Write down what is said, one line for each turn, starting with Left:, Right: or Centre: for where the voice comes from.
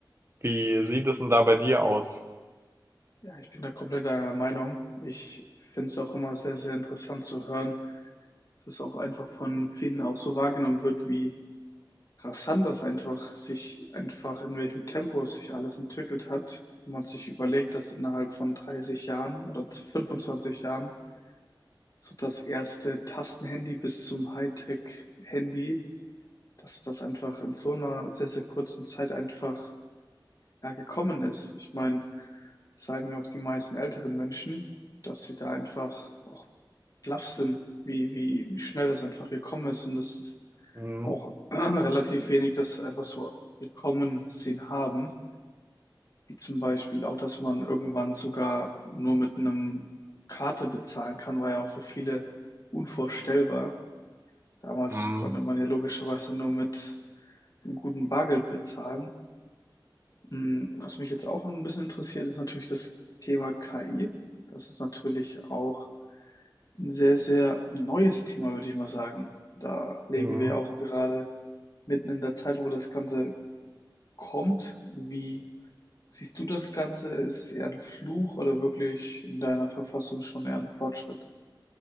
Right: Wie sieht es denn da bei dir aus?
Left: Ja, ich bin da komplett einer Meinung. Ich finde es auch immer sehr, sehr interessant zu hören, dass es auch einfach von vielen auch so wahrgenommen wird, wie rasant das einfach sich einfach in welchem Tempo es sich alles entwickelt hat. Wenn man sich überlegt, dass innerhalb von 30 Jahren oder 25 Jahren so das erste Tastenhandy bis zum Hightech-Handy, dass das einfach in so einer sehr, sehr kurzen Zeit einfach ja, gekommen ist. Ich meine, sagen ja auch die meisten älteren Menschen, dass sie da einfach auch baff sind, wie, wie, wie schnell das einfach gekommen ist und das ist
Right: Mhm.
Left: auch <clears throat> relativ wenig das einfach so gekommen sehen haben. Wie zum Beispiel auch, dass man irgendwann sogar nur mit einem Karte bezahlen kann, war ja auch für viele unvorstellbar. Damals
Right: Mhm.
Left: konnte man ja logischerweise nur mit einem guten Bargeld bezahlen. Hm, Was mich jetzt auch ein bisschen interessiert, ist natürlich das Thema KI. Das ist natürlich auch ein sehr, sehr neues Thema, würde ich mal sagen. Da leben
Right: Mhm.
Left: wir auch gerade mitten in der Zeit, wo das Ganze kommt. Wie siehst du das Ganze? Ist es eher ein Fluch oder wirklich in deiner Verfassung schon eher ein Fortschritt?